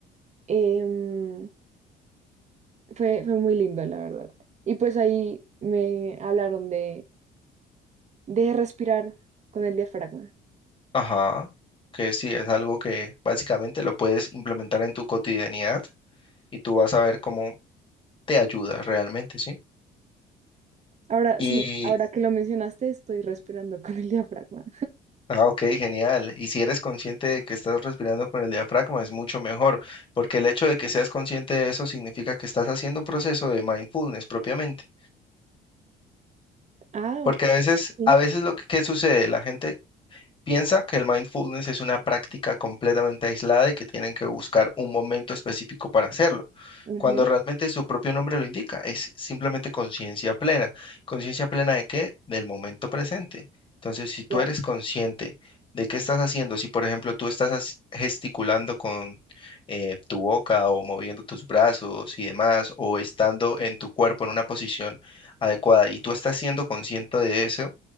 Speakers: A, on the right; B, on the left.
A: Em, fue, fue muy lindo, la verdad. Y pues ahí me hablaron de, de respirar con el diafragma.
B: Ajá. Que sí, es algo que básicamente lo puedes implementar en tu cotidianidad y tú vas a ver cómo te ayuda realmente, ¿sí?
A: Ahora
B: Y
A: sí, ahora que lo mencionaste, estoy respirando <laughs> con el diafragma.
B: Ah, ok, genial. Y si eres consciente de que estás respirando con el diafragma, es mucho mejor, porque el hecho de que seas consciente de eso significa que estás haciendo un proceso de mindfulness propiamente.
A: Ah,
B: Porque a veces,
A: sí,
B: a veces lo que, que sucede, la gente Piensa que el mindfulness es una práctica completamente aislada y que tienen que buscar un momento específico para hacerlo,
A: ujú,
B: cuando realmente su propio nombre lo indica, es simplemente conciencia plena. ¿Conciencia plena de qué? Del momento presente. Entonces, si tú
A: claro.
B: eres consciente de qué estás haciendo, si por ejemplo tú estás as- gesticulando con eh, tu boca o moviendo tus brazos y demás, o estando en tu cuerpo en una posición adecuada y tú estás siendo consciente de eso